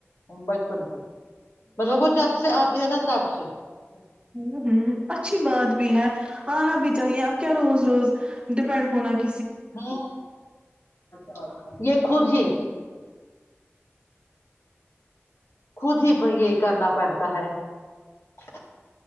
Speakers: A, on the left; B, on the right.
A: بچپن سے <unintelligible> مطلب وہ جب سے ا نہ تپ سے <unintelligible>
B: ہوں ہوں اچھی بات بھی ہے آنا بھی چاہیے اب کیا روز روز ڈیپینڈ ہونا کہ <unintelligible>
A: ہاں <unintelligible> خود ہی خود ہی یہ کرنا پڑتا ہے <unintelligible>